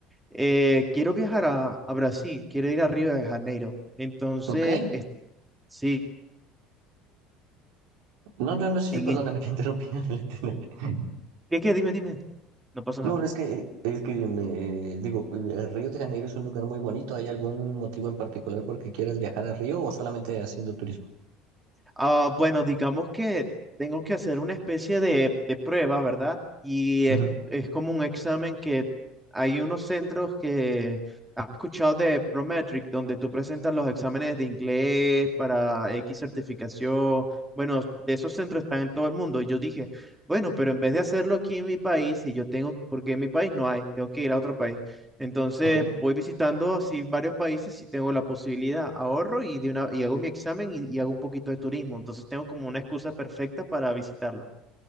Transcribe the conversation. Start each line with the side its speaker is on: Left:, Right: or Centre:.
Centre: Eh, quiero viajar a, a Brasil, quiero ir a Río de Janeiro. Entonces,
Right: Ok.
Centre: es- sí,
Right: No, no, no, sí,
Centre: en,
Right: sí, perdóname,
Centre: e-
Right: te interrumpí. <laughs>
Centre: ¿qué, qué? Dime, dime. No pasa nada.
Right: No, es que, es que me eh, digo, eh, Río de Janeiro es un lugar muy bonito. ¿Hay algún motivo en particular por que quieras viajar a Río o solamente haciendo turismo?
Centre: Ah, bueno, digamos que tengo que hacer una especie de, de prueba, ¿verdad? Y
Right: Ujú.
Centre: es, es como un examen que hay unos centros que has escuchado de Prometric, donde tú presentas los exámenes de inglés para X certificación. Bueno, de esos centros están en todo el mundo. Y yo dije, bueno, pero en vez de hacerlo aquí en mi país, si yo tengo, porque en mi país no hay, tengo que ir a otro país. Entonces
Right: Ok.
Centre: voy visitando así varios países si tengo la posibilidad, ahorro y, de una, y hago mi examen y, y hago un poquito de turismo. Entonces tengo como una excusa perfecta para visitarlo.